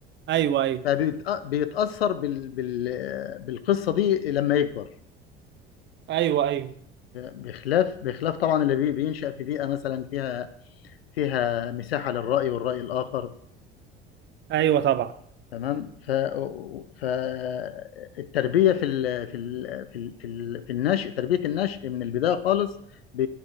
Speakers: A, on the right; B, on the left.
A: ايوه ايوه
B: فبيتأثر بال بال بالقصة دي لما يكبر
A: ايوه ايوه
B: بخلاف بخلاف طبعا اللي بي- بينشأ في بيئة مثلا فيها فيها مساحة للرأي والرأي الآخر
A: ايوه طبعا
B: تمام ف فالتربيه في ال... في ال... في ال... في ال... في النشء تربيه النشء من البدايه خالص ب...